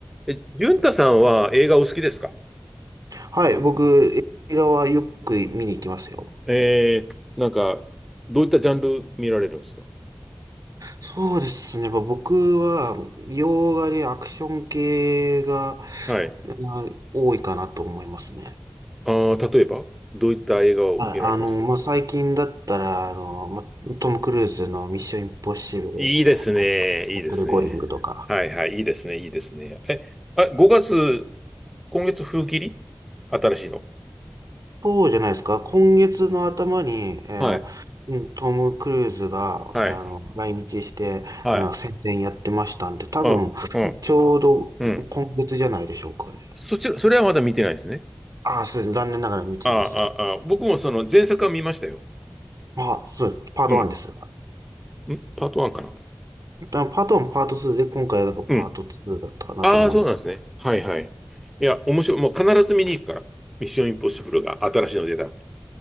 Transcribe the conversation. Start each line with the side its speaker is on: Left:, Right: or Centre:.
Centre: え、淳太さんは映画お好きですか
Right: はい、僕、映画はよく見に行きますよ。
Centre: えー、なんか、どういったジャンル見られるんですか
Right: そうですね。まあ僕は、洋画でアクション系が、あ多いかなと思いますね。
Centre: はい。ああ、例えば、どういった映画を見られますか
Right: はい。あの、まあ、最近だったら、あの、まあ、トム・クルーズのミッション・インポッシブル、
Centre: いいですね。
Right: デ
Centre: いいですね。
Right: ッドレゴーリングとか。
Centre: はいはい。いいですね。いいですね。え、あ、5月、今月風切り新しいのが
Right: そうじゃないですか。今月の頭に、えーうんトム・
Centre: はい。
Right: クルーズが、
Centre: はい。
Right: あの、来日して、
Centre: はい。
Right: あの、宣伝やってましたんで、多分、
Centre: あ、うん。
Right: ちょうど今月じゃないでしょうかね。
Centre: うん。そちら、それはまだ見てないですね。
Right: ああ、そうです。残念ながら見ていません。
Centre: ああ、ああ、僕もその前作は見ましたよ。
Right: まあ、そうです。パート1ですが。
Centre: うん。んパート1かな。
Right: あパート1、パート2で、今回はなんかパート2だったかなと思うんです。
Centre: うん。ああ、そうなんですね。はいはい。いや、面白い。もう必ず見に行くから。ミッションインポッシブルが新しいの出たら。